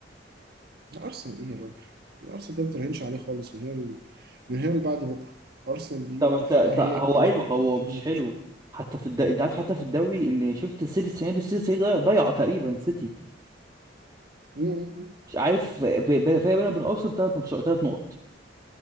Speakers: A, on the right (about 55°); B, on the right (about 20°).
A: ارسنال ايه يا راجل ارسنال ده ما تراهنش عليه خالص من هنا ل- من هنا لبعد بكره ارسنال دي
B: طب انت
A: فرقه
B: طب
A: هي
B: هو
A: كده
B: ايوه هو
A: بتبني
B: مش حلو
A: مشاكل.
B: حتى في الد... انت عارف حتى في الدوري ان شفت السيتي السنه دي السيتي السنة دي ضيع ضيع تقريبا سيتي
A: م- م- م.
B: مش عارف ب... ب... فرق بينهم وبين ارسنال ثلاث ماتشات ثلاث نقط